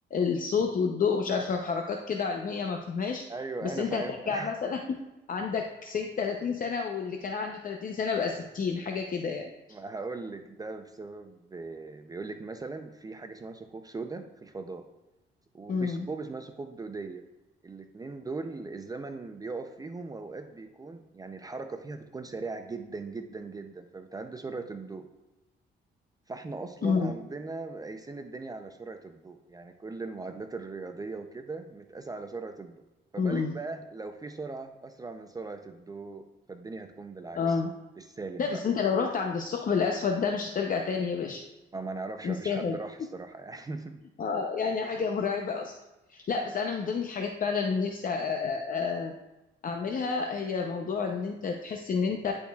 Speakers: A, on the left (about 45°); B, on the right (about 20°).
A: الصوت والضوء مش عارفه حركات كده علميه ما فهمهاش
B: أيوه
A: بس
B: أنا
A: انت
B: فاهم
A: هترجع
B: <laughs>
A: مثلا <laughs> عندك سيد 30 سنه واللي كان عنده 30 سنه بقى 60 حاجه كده يعني
B: ما هقول لك ده بسبب بيقول لك مثلا في حاجة اسمها ثقوب سوداء في الفضاء وفي
A: امم
B: ثقوب اسمها ثقوب دودية الاتنين دول الزمن بيقف فيهم وأوقات بيكون يعني الحركة فيها بتكون سريعة جدا جدا جدا فبتعدي سرعة الضوء فاحنا اصلا
A: امم
B: عندنا قايسين الدنيا على سرعة الضوء يعني كل المعادلات الرياضية وكده متقاسة على سرعة الضوء فبالك
A: امم
B: بقى لو في سرعة اسرع من سرعة الضوء فالدنيا هتكون بالعكس
A: اه
B: بالسالب
A: لا بس
B: بقى
A: انت لو رحت عند الثقب الاسود ده مش هترجع تاني يا باشا
B: ما ما نعرفش
A: انساها
B: ما فيش حد راح الصراحة
A: دي.
B: يعني
A: اه يعني حاجه مرعبه اصلا لا بس
B: <laughs>
A: انا من ضمن الحاجات فعلا اللي نفسي أ- أ- اعملها هي موضوع ان انت تحس ان انت